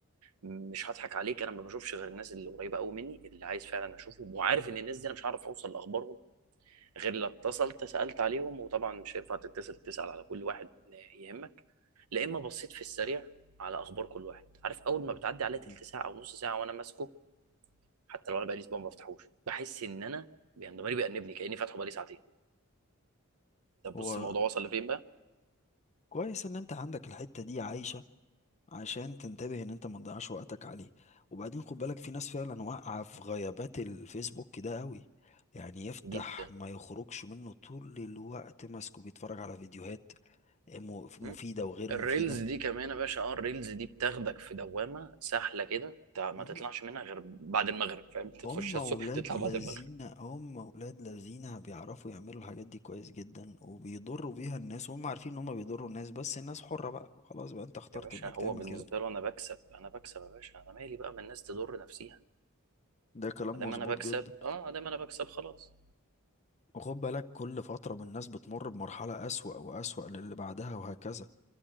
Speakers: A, on the right (about 75°); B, on the left (about 30°).
A: مش هضحك عليك انا ما بشوفش غير الناس اللي قريبه قوي مني اللي عايز فعلا اشوفهم وعارف ان الناس دي انا مش هعرف اوصل لاخبارهم غير لو اتصلت سالت عليهم وطبعا مش هينفع تتصل تسال على كل واحد يهمك لا اما بصيت في السريع على اخبار كل واحد عارف اول ما بتعدي عليا تلت
B: مم.
A: ساعه او نص ساعه وانا ماسكه حتى لو انا بقالي اسبوع ما بفتحوش بحس ان انا يعني ضميري بيأنبني كأني فاتحه بقالي ساعتين طب
B: هو
A: بص الموضوع وصل لفين بقى
B: كويس إن أنت عندك الحتة دي عايشة عشان تنتبه ان انت ما تضيعش وقتك عليه وبعدين خد بالك في ناس فعلا واقعة في غيابات الفيسبوك ده قوي يعني يفتح
A: جدا
B: ما يخرجش منه طول الوقت ماسكه بيتفرج على فيديوهات م- مفيدة
A: م?
B: وغير مفيدة
A: الريلز دي كمان يا باشا اه الريلز دي بتاخدك في دوامه سهله كده تع- ما
B: مم.
A: تطلعش منها غير بعد المغرب فاهم انت
B: هم
A: تخشها
B: ولاد
A: الصبح تطلع
B: لذين
A: بعد المغرب
B: هم ولاد لذين بيعرفوا يعملوا الحاجات دي كويس جدا وبيضروا بيها الناس وهم عارفين ان هم بيضروا الناس بس الناس حرة بقى خلاص بقى انت اخترت
A: يا باشا
B: انك
A: هو
B: تعمل
A: بالنسبه
B: كده
A: له انا بكسب انا بكسب يا باشا انا مالي بقى ما الناس تضر نفسيها
B: ده كلام
A: ما دام
B: مظبوط
A: انا بكسب
B: جدا
A: اه ما دام انا بكسب خلاص
B: وخد بالك كل فترة من الناس بتمر بمرحلة أسوأ وأسوأ للي بعدها وهكذا